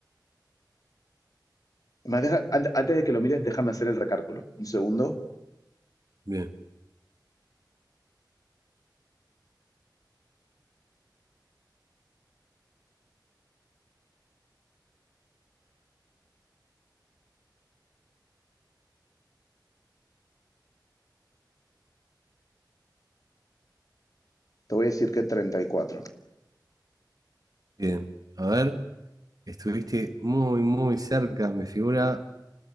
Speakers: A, on the left; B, on the right.
A: Más deja- an- antes de que lo mires, déjame hacer el recálculo. Un segundo.
B: Bien,
A: Te voy a decir que 34.
B: bien. A ver, estuviste muy, muy cerca, me figura